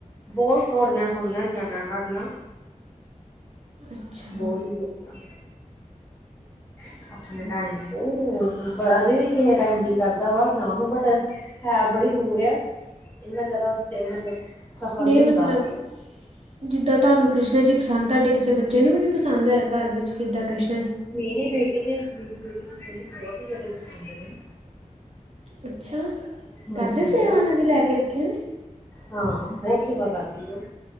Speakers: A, on the left (about 15°); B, on the right (about 50°).
A: ਬਹੁਤ ਸਟੋਰੀਆਂ ਸੁਣੀਆਂ ਹੋਈਆਂ ਨੇ ਮਹਿਨਾਂ ਦੀਆਂ
B: ਅੱਛਾ
A: ਬਹੁਤ ਹੀ ਜ਼ਲਦੀ <unintelligible>
B: ਅੱਛਾ
A: ਆਪਣੇ ਤਾਂਈ ਤੇ ਅਜੇ ਵੀ ਕਿਸੇ ਟਮ ਜੀਅ ਕਰਦਾ ਵਾ ਜਾਣ ਨੂੰ ਬਟ ਹੈ ਬੜੀ ਦੂਰ ਆ ਇਨਾ ਜ਼ਿਆਦਾ ਮਤਲਬ ਸਫ਼ਰ
B: ਨਹੀਂ ਮਤਲਬ
A: ਹੁੰਦਾ।
B: ਜਿੱਦਾਂ ਤੁਹਾਨੂੰ ਕ੍ਰਿਸ਼ਨਾ ਜੀ ਪਸੰਦ ਤੁਹਾਡੇ ਕਿਸੇ ਬੱਚੇ ਨੂੰ ਵੀ ਨ ਨਹੀਂ ਪਸੰਦ ਹੈ ਘਰ ਵਿੱਚ ਕਿੱਦਾਂ ਕ੍ਰਿਸ਼ਨ
A: ਮੇਰੀ ਬੇਟੀ ਨੇੇ ੈਨੂੰ ਖੁਦ ਬਹੁਤ ਹੀ ਜ਼ਿਆਦਾ ਪਸੰਦ ਨੇ
B: ਅੱਛਾ
A: ਹਾਂਜੀ
B: ਕਰਦੇ ਸੇਵਾ
A: ਬਹੁਤ
B: ਉਹਨਾਂ ਦੀ ਲੈ ਕੇ ਰੱਖੇ ਨੇ
A: ਹਾਂ ਬਹੁਤ ਸੇਵਾ ਕਰਤੀ ਹ